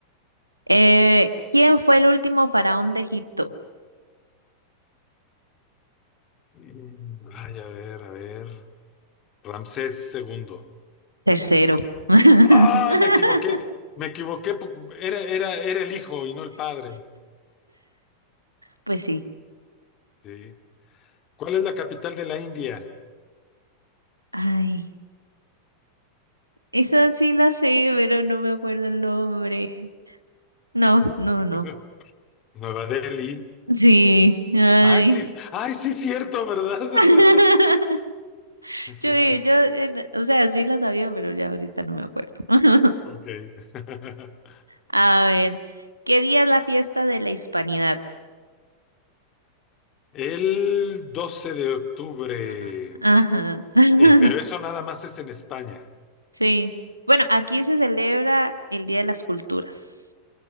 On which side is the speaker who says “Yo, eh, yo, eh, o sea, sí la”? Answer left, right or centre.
Right